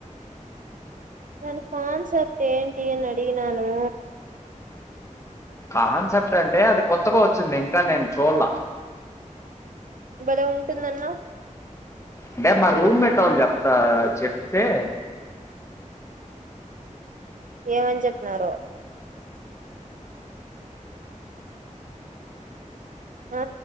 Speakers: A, on the right; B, on the left.
A: నను కన్సెప్ట్ ఏంటి అడిగినాను
B: కాన్సెప్ట్ అంటే అది కొత్తగా వచ్చింది ఇంకా నేను చూడ్లా
A: బలే ఉంటుంది అన్నావ్
B: అంటే మా రూమ్ మేట్ ఒళ్ళు చెప్తా చెప్తే
A: ఏమని చెప్పినారో ఆ